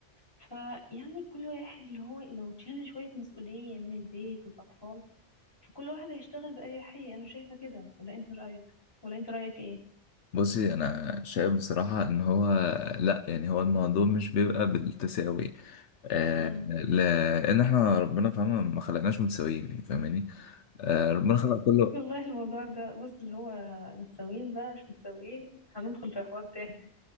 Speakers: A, on the left; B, on the left.
A: فيعني كل واحد اللي هو لو تشيل شويه مسؤوليه من البيت والاطفال فكل واحد هيشتغل باريحيه انا شايفه كده ولا انت رايك ولا انت رايك
B: بصي انا شايف بصراحة ان هو لا يعني هو الموضوع مش بيبقى بالتساوي آه
A: ايه
B: لان احنا ربنا فاهمة ما خلقناش متساويين يعني فاهماني آه ربنا خلق كل
A: والله الموضوع ده بص اللي هو متساويين بقى مش متساويين هندخل في حوار تاني